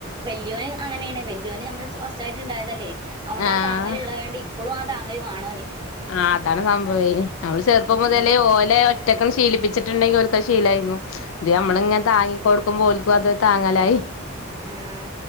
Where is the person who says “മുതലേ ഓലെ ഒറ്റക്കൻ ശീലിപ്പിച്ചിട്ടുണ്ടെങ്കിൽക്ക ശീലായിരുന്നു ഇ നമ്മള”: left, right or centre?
Left